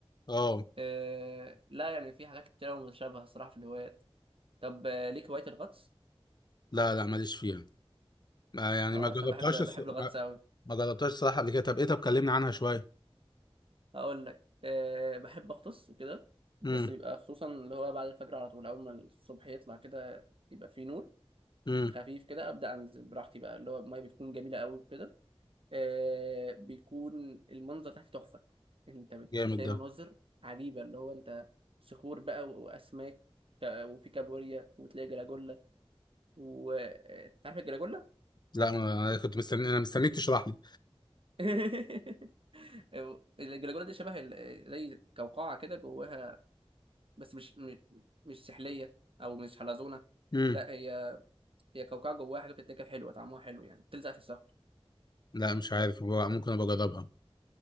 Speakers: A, on the left; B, on the right.
A: اه
B: آه لا يعني في حاجات كتير متشابهة الصراحة في الهوايات طب آه، ليك هواية الغطس؟
A: لا لا ماليش فيها ما- يعني
B: اه
A: ما جربتهاش
B: أصل أنا بحب
A: الص-
B: بحب الغطس
A: ما
B: أوي
A: ما جربتهاش الصراحه قبل كده طب ايه طب كلمني عنها شويه
B: هقول لك آه بحب أغطس وكده بس
A: امم
B: بيبقى خصوصا اللي هو بعد الفجر على طول أول ما الصبح يطلع كده يبقى فيه نور
A: امم
B: خفيف كده أبدأ أنزل براحتي بقى اللي هو المية بتكون جميلة أوي وكده آه بيكون المنظر تحت تحفة أنت بتلاقي
A: جامد ده
B: مناظر عجيبة اللي هو أنت صخور بقى وأسماك ك- وفي كابوريا وتلاقي جلاجولا وتعرف الجلاجولا؟
A: لا ما- انا كنت مستني انا مستنيك تشرح لي
B: <laughs> الجلاجولا دي شبه ال- زي قوقعة كده جواها بس مش مش مش سحلية أو مش حلزونة
A: امم
B: لا هي هي قوقعة جواها حاجة بتتاكل حلوة طعمها حلو يعني بتلزق في الصخر
A: لا مش عارف هو ممكن ابقى اجربها